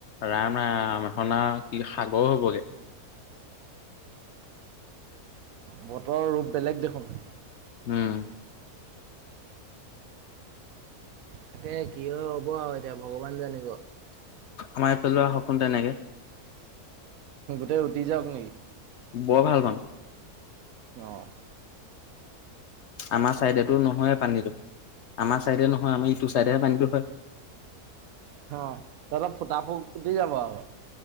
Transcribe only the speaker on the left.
ৰাম ৰাম এই খন আৰু কি সাগৰ হবগে
উম।
আমাৰ ইফালে সপোন এনেকে-
বৰ ভাল পাম।
আমাৰ চাইডতটো নহয় পানীটো আমাৰ চাইডে নহয় আমাৰ ইটো চাইডেহে পানীটো হয়।